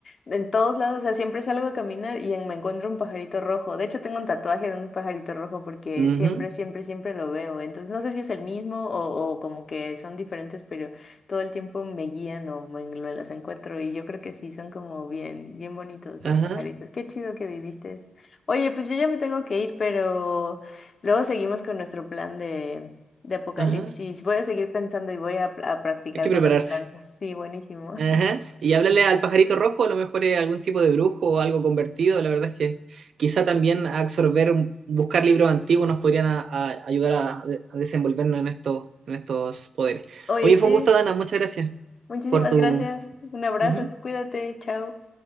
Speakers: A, on the left; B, on the right.
A: en todos lados, o sea, siempre salgo a caminar y en- me encuentro un pajarito rojo. De hecho, tengo un tatuaje de un pajarito rojo porque
B: ujú,
A: siempre, siempre, siempre lo veo. Entonces, no sé si es el mismo o, o como que son diferentes, pero todo el tiempo me guían o me, me los encuentro y yo creo que sí, son como bien, bien bonitos
B: ajá,
A: los pajaritos. Qué chido que viviste eso. Oye, pues yo ya me tengo que ir, pero... Luego seguimos con nuestro plan de, de apocalipsis.
B: ajá.
A: Voy a seguir pensando y voy a, a practicar
B: Hay que
A: con
B: prepararse.
A: las plantas. Sí, buenísimo.
B: Ajá. Y háblale al pajarito rojo, a lo mejor es algún tipo de brujo o algo convertido. La verdad es que quizá también absorber, buscar libros antiguos nos podrían a- a ayudar a, a desenvolvernos en estos, en estos poderes.
A: <laughs> Oye,
B: Oye,
A: sí,
B: fue un gusto, Dana. Muchas gracias
A: muchísimas
B: por tu...
A: gracias. Un abrazo,
B: Ujú.
A: cuídate, chao.